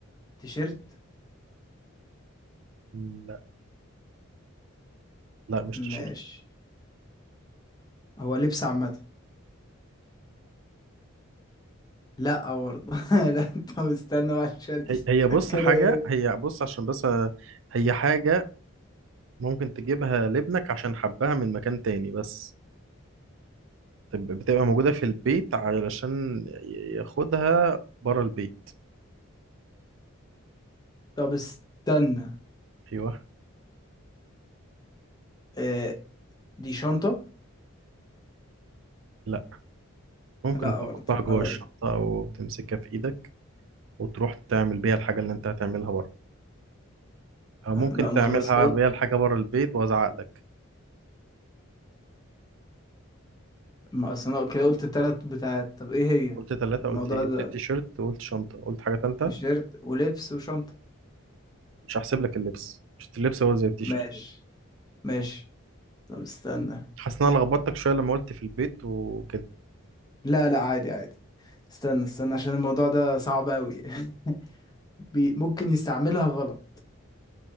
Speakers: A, on the left; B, on the right.
A: تيشيرت
B: مم. لا لا مش تيشيرت
A: ماشي هو لبس عامة لا برضه <laughs> لا طب استنى بقى عشان
B: هي هي
A: <laughs>
B: بص
A: كده
B: حاجة
A: ايه
B: هي بص عشان بس أ- هي حاجة ممكن تجيبها لابنك عشان حبها من مكان تاني بس تب- بتبقى موجودة في البيت علشان ي- ياخدها بره البيت
A: طب استنى
B: أيوه
A: آه، دي شنطة
B: لا ممكن
A: لا
B: تحطها
A: برضه خلاص
B: جوه الشنطة أو تمسكها في إيدك وتروح تعمل بيها الحاجة اللي أنت هتعملها بره أو ممكن
A: آه، لا انا
B: تعملها
A: خلاص انا قلت
B: بيها الحاجة بره البيت وأزعق لك
A: ما اصل انا كده قلت التلات بتاعت طب ايه هي
B: قلت ثلاثة
A: الموضوع
B: قلت إيه
A: ده
B: قلت التيشيرت قلت شنطة قلت حاجة تالتة
A: تيشيرت ولبس وشنطة
B: مش هحسب لك اللبس مش اللبس هو زي التيشيرت
A: ماشي ماشي طب استنى
B: حاسس إن أنا لخبطتك شوية لما قلت في البيت وكده
A: لا لا عادي عادي استنى استنى عشان الموضوع ده صعب أوي <laughs> بي ممكن يستعملها غلط